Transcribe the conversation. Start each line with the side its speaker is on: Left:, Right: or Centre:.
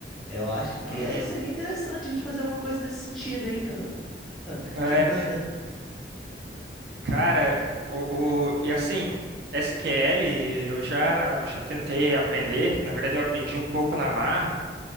Centre: Eu acho que
Right: Uhum.
Centre: eh, seria interessante a gente fazer alguma coisa nesse sentido, hein? Ah, ah,
Right: É,
Centre: já tá-
Right: Cara, o, o- e assim, SQL eu já, eu já tentei aprender. Na verdade, eu aprendi um pouco na marra,